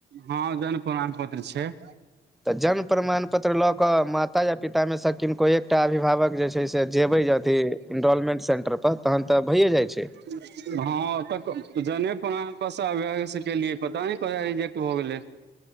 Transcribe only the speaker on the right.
हँ जन प्रमाम पत्र छैय।
हँ तऽ जने प्रमाणपत्र स अगे अगे से केलिए पता नै रिजेक्ट भ गेलै